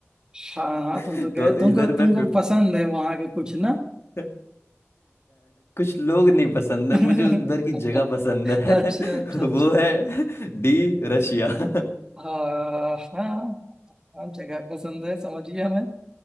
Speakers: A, on the right; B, on the left.
A: हाँ हाँ
B: <laughs>
A: तुम तो गए
B: तो
A: तुमको
B: इधर
A: तुमको
B: मैं फिफ्थ
A: पसंद है वहां के कुछ ना
B: <laughs> अ, कुछ लोग नहीं पसंद
A: <laughs>
B: है मुझे उधर की
A: अच्छा
B: जगह पसंद है
A: अच्छा
B: <laughs>
A: अच्छा
B: वो है डी रशिया <laughs>
A: हाँ हाँ हाँ जगह पसंद है समझिए हमें